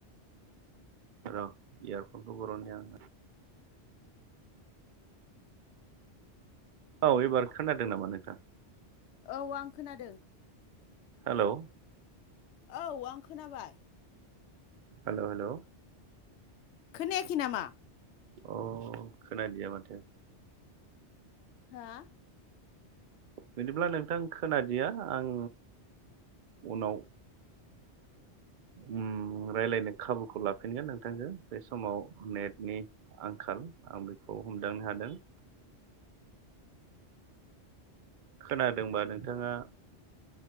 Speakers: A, on the right; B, on the left.
A: र' इयारफनखौ बर'न्निआं औ एबार खोनादों नामा नोंथां?
B: औ आं खोनादों।
A: हेल'
B: औ आं खोनाबाय।
A: हेल'- हेल'
B: खोनायाखै नामा?
A: अ खोनादिया माथो
B: हा?
A: बिदिब्ला नोंथां खोनादिया आं उनाव
B: <inaudible>
A: उम रायलायनो खाबुखौ लाफिनगोन नोंथांजों बे समाव नेटनि आंखाल आं बेखौ हमदांनो हादों। खोनादोंबा नोंथाङा?